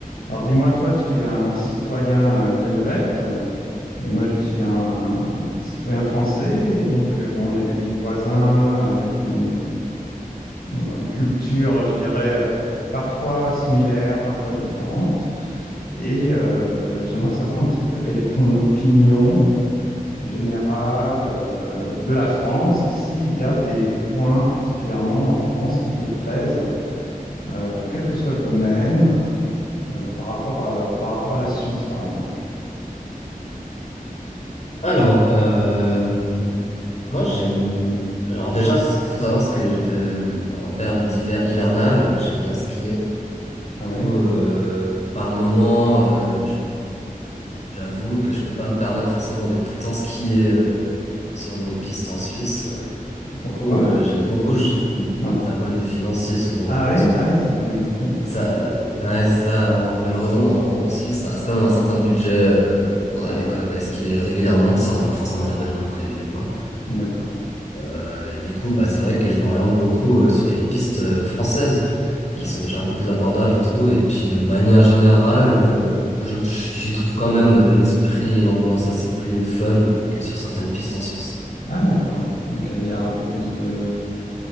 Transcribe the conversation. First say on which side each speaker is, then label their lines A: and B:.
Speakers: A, on the left (about 85°); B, on the left (about 50°).
A: Alors dis-moi, toi, tu es un citoyen euh, helvète et moi, je suis un, un citoyen français. Et donc, euh, bon, on est des pays voisins avec une, une culture, je dirais, euh, parfois similaire, parfois différente. Et euh, j'aimerais savoir un petit peu quelle est ton opinion générale euh, de la France et s'il y a des points particulièrement en France qui te plaisent, euh, quel que soit le domaine, euh, par rapport à- par rapport à la Suisse, par exemple.
B: Alors, euh, moi j'aime. Alors déjà, ce qu'il faut savoir, c'est que de... en période d'hiver hivernale, j'aime bien skier. Du
A: Ah
B: coup,
A: ouais.
B: euh, par moment, euh, j- j'avoue que je peux pas me permettre forcément de tout le temps skier euh, sur nos pistes en Suisse. Euh,
A: Ah, Pourquoi?
B: Du coup, euh, j'aime beaucoup ju- d'un
A: Ouais.
B: point de vue financier, souvent
A: Ah
B: malheureusement.
A: oui, ah oui, c'est pas le même prix.
B: Ça,
A: Ah,
B: euh, ouais, c'est ça. en- Malheureusement, en, en Suisse, ça reste quand même un certain budget euh, pour
A: ah,
B: aller
A: d'ac-
B: quand même à skier régulièrement si on n'a pas forcément un abonnement prévu ou quoi.
A: d'accord.
B: Euh, Et du coup, bah, c'est vrai que je m'oriente beaucoup euh, sur les pistes euh, françaises
A: Ouais.
B: qui sont déjà un peu plus abordables, je trouve. Et puis, de manière générale, euh, je, j'y trouve quand même euh, l'esprit et l'ambiance assez plus fun que sur certaines pistes en Suisse.
A: Ah d'accord. Ok, il y a un peu plus de,